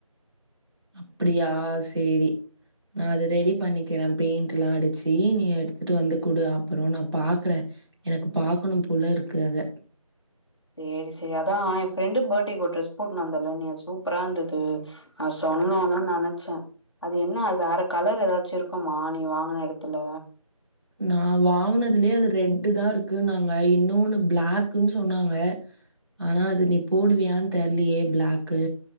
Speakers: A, on the right (about 45°); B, on the left (about 50°).
A: அப்படியா சரி நா அதுத் ரெடி பண்ணிக்கிறே பெயிண்ட்லா அடிச்சு நீ எடுத்துட்டு வந்து குடு அப்புறோ நா பாக்குறே எனக்கு பாக்கணும் போல இருக்கு அத.
B: செரி செரி அதா என் ஃப்ரெண்டு பட்டேக்கு ஒரு ட்ரெஸ் போட்ன்னு வந்தல நீ சூப்பரா இந்தது ஆ சொன்னேன்னு நெனச்சே அது என்ன அது வேற கலர் ஏதாச்சு இருக்குமா நீ வாங்கின இடத்துல
A: நா வாங்கினதுலயே அது ரெட்டு தா இருக்கு நாங்க இன்னொன்னு பிளக்குன்னு சொன்னாங்க ஆனா அது நீ போடுவியான்னு தெர்லையே பிளாக்கு